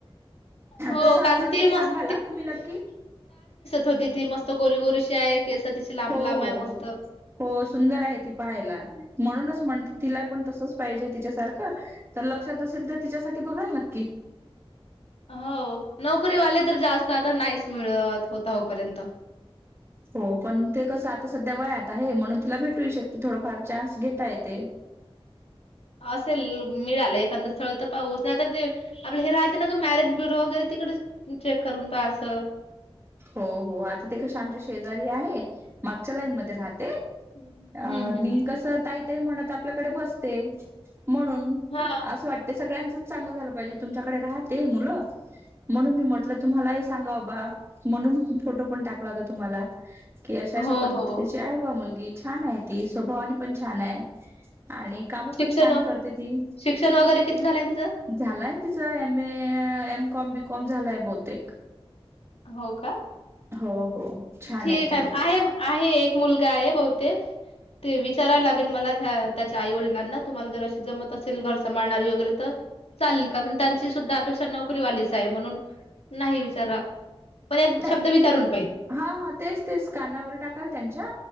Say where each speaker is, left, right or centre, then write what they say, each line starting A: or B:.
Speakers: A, on the left; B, on the right.
A: हो
B: त असेल
A: कारण ती
B: तर सांगा
A: मस्त
B: तुम्ही नक्
A: हो तथी मस्त गोरीगोरीशी आहे केस तिची लांब
B: हो
A: लांब आहे
B: हो
A: मस्त
B: हो हो सुंदर आहे ती पाहायला म्हणूनच म्हणते तिला पण तसच पाहिजे तिच्या सारखं तर लक्षात असेल तर तिच्यासाठी बघाल नक्की
A: हो नोकरीवाले तर जास्त आता नाही मिळत होता होपर्यंत
B: हो पण ते कसं आता सध्या वयात आहे म्हणून तिला भेटू शकते थोडाफार चान्स घेतताय ते
A: असेल मिळालं एखाद स्थळ तर पाहस नाही तर ते आपलं हे राहते ना ग मॅरेज ब्युरो वगैरे तिकडे चेक करून पा असं
B: हो हो आता ते क श्यामच्या शेजारी आहे मागच्या लाईन मध्ये राहते
A: हम्म
B: अ
A: हम्म.
B: मी कस ताई ताई म्हणत आपल्याकडे बसते म्हणून
A: हा
B: असं वाटते सगळ्यांचच चांगलं झालं पाहिजे तुमच्याकडे राहते मुलं म्हणून मी म्हटलं तुम्हाला हे सांगाबा म्हणून फोटो पण टाकला होता तुम्हाला की अशा अशा
A: हो
B: पद्धतीची
A: हो
B: आहे बा मुलगी छान आहे ती स्वभावानी पण छान आहे आणि काम
A: शिक्षण
B: पण छान करते ती
A: शिक्षण वगैरे किती झालंय तिचं?
B: झालाय तिचा एम ए एमकॉम बीकॉम झालाय बहुतेक
A: हो का
B: हो हो छान
A: ठीक
B: ती
A: आहे आहे आहे एक मुलगा आहे बहुतेक ते विचारावं लागेल मला त्या त्याच्या आई वडिलांना तुम्हाला जर अशी जमत असेल घर सांभाळणारी वगैरे तर चालेल का पण त्यांची सुद्धा अपेक्षा नोकरीवालीच आहे म्हणून नाही विचारा पण एक
B: नाही
A: शब्द विचारून पाहि
B: हा हा तेच तेच कानावर टाकाल त्यांच्या